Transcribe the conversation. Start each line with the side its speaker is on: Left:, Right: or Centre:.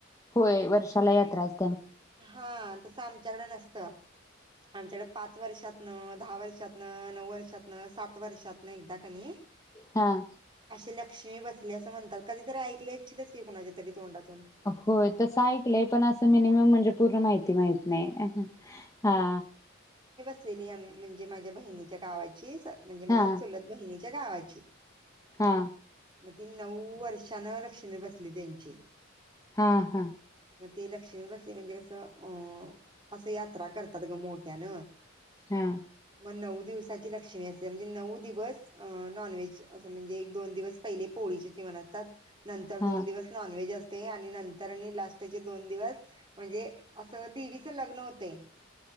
Left: होय वर्षाला यात्रा अस
Right: हा तसं आमच्याकडे नस. त आमच्याकडे पाच वर्षातन दहा वर्षातन नऊ वर्षातन सात वर्षातन एकदा कनी
Left: हा
Right: अशी लक्ष देवी बसली असं म्हणतात कधीतरी ऐकली अच्छील च की कोणाच्या तरी तोंडातून
Left: होय तस ऐकलंय पण असं मिनीमम म्हणजे पूर्ण माहिती माहित नाही हा.
Right: तिनी असं म्हणजे माझ्या बहिणीच्या गावाची स म्हणजे माझ्या
Left: हा
Right: चुलत बहिणीची त्या गावाची.
Left: हा.
Right: मग ती नऊ वर्षानं लक्ष्मी बसली त्यांची.
Left: हा हा.
Right: मग ते लक्ष्मी बसली म्हणजे तर अं असं यात्रा करतात ग मोठ्यान.
Left: हा
Right: मग नऊ दिवसा ती लक्ष्मी असते म्हणजे नऊ दिवस नॉनव्हेज अस म्हणजे एक दोन दिवस पहिले पोळीचे जेवण असतात. नंतर
Left: हा
Right: दोन दिवस नॉनव्हेज अस. आणि नंतर आणि लास्टचे दोन दिवस म्हणजे असं देवीच लग्न होतय.